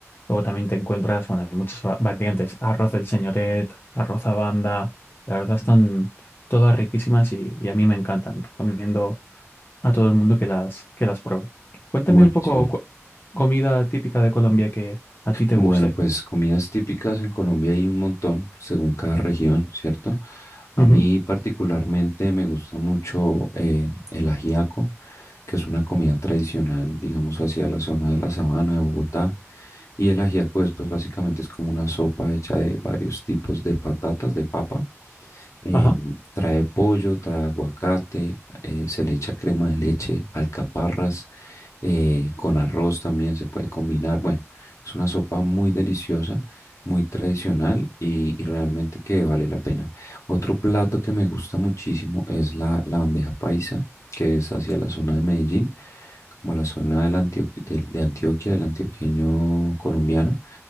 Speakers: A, on the left (about 45°); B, on the left (about 70°).
A: Luego también te encuentras, bueno, hay muchas va- variantes, arroz del señoret, arroz a banda, la verdad están todas riquísimas y, y a mí me encantan. Recomiendo a todo el mundo que las, que las pruebe. Cuéntame
B: Buenísimo.
A: un poco cu- comida típica de Colombia que a ti te
B: Bueno,
A: guste.
B: pues comidas típicas en Colombia hay un montón, según cada región, ¿cierto? A
A: Ujú,
B: mí particularmente me gusta mucho eh, el ajiaco, que es una comida tradicional, digamos, hacia la zona de la sabana de Bogotá. Y el ajiaco es, pues, básicamente es como una sopa hecha de varios tipos de patatas, de papa. Eh,
A: Ajá,
B: trae pollo, trae aguacate, eh, se le echa crema de leche, alcaparras eh, con arroz también se puede combinar. Bueno, es una sopa muy deliciosa, muy tradicional y, y realmente que vale la pena. Otro plato que me gusta muchísimo es la, la bandeja paisa, que es hacia la zona de Medellín, como la zona del Antioqu- del- de Antioquia, del antioqueño colombiano.